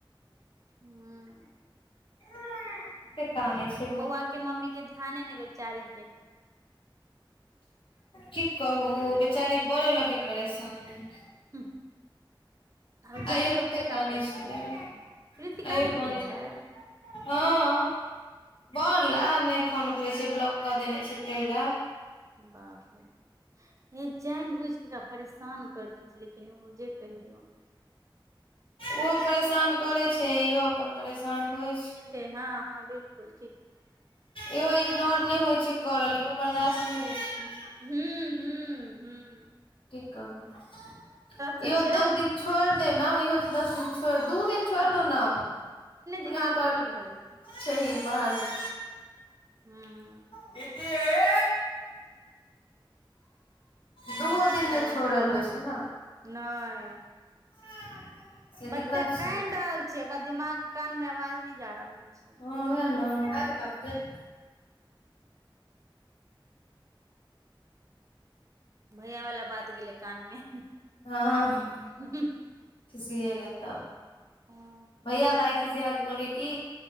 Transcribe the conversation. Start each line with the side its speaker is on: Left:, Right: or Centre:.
Right: <unintelligible>
Left: <unintelligible> कते कानै छै?
Right: बौआ के मम्मी के ध्याने नै बेचारी के।
Left: की कहु ओ बेचारी बरे ल के परेशान है।
Right: <unintelligible> <inaudible> आ उ जानि
Left: आइयो
Right: बुझिक
Left: तते
Right: एकरा
Left: कानै
Right: परेशानी
Left: छलै
Right: करैत रहै छै। प्रीतिका
Left: आइयो
Right: नै
Left: कानै
Right: छलैया?
Left: छलै हँ <inaudible> बर ला नै फोन उठबै छै ब्लॉक क देने छै तै ले।
Right: बाप रे बा हे जानि बुझ क एकरा परेशान करैत रहै छै लेकिन ओहो जे कहियौ।
Left: ओहो परेशान करै छै इहो अपन परेशान होइ छै।
Right: हँ-हँ बिलकुल ठीक।
Left: ओहो इग्नोर नै होइ छै कर ले एकरो बर्दाश्त नै होइ छै।
Right: हुं-हुं-हुं।
Left: की कहबै
Right: से
Left: <inaudible> इहो
Right: छै
Left: दस दिन छोरि दै न, इहो जे दस दिन छोरि दू दिन छोरि
Right: अप
Left: दौ न, <inaudible> अपने
Right: दिमाग
Left: ओकर
Right: ठीक भऽ जेतै
Left: <inaudible> ठेही बहार जे
Right: हुं।
Left: दीदी ए दूओ
Right: अच्छा
Left: दिन नहि छोड़ल होइ छै ने
Right: <inaudible> नै
Left: <unintelligible>
Right: बच्चा
Left: दिक्कत छै
Right: कानि रहल छै, ओकरा दिमाग कान में आवाज नै जा रहल छै।
Left: हं उहा ने <unintelligible>
Right: भैया बला बात गेलै कानमे।
Left: हँ।
Right: <unintelligible>
Left: खिसिएला त
Right: ह
Left: भैया त आइ खिसियाक कहलकै की